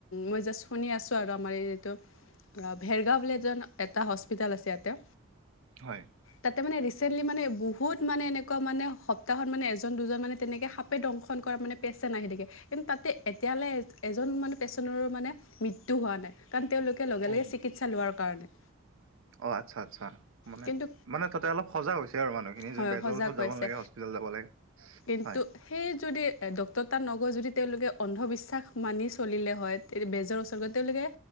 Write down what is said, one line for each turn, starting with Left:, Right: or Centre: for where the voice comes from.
Left: মই জাষ্ট শুনি আছোঁ আৰু আমাৰ এইটো। ভেৰগাঁও বুলি এজন এটা হস্পিতাল আছে ইয়াতে।
Right: হয়।
Left: তাতে মানে ৰিচেণ্টলি মানে বহুত মানে এনেকুৱা মানে সপ্তাহত মানে এজন দুজন। মানে তেনেকৈ সাপে দংশন কৰা মানে পেচন আহি থাকে। কিন্তু তাতে এতিয়ালৈ এজন মানে পেচেণ্টৰ মানে মৃত্যু হোৱা নাই। কাৰণ তেওঁলোকে লগে
Right: অ
Left: লগে চিকিৎসা লোৱাৰ কাৰণে।
Right: অ আচ্ছা আচ্ছা মানে
Left: কিন্তু
Right: মানে তাতে অলপ সজাগ হৈছে। আৰু মানুহখিনি
Left: হয়
Right: যে বেজৰ
Left: সজাগ
Right: ওচৰত
Left: হৈছে
Right: যাব নালাগে সচ যাব লাগে।
Left: কিন্তু
Right: হয়
Left: সেই যদি ডক্টৰতাত নগৈ যদি তেওঁলোকে অন্ধবিশ্বাস মানি চলিলে হয়। বেজৰ ওচৰত তেওঁলোকে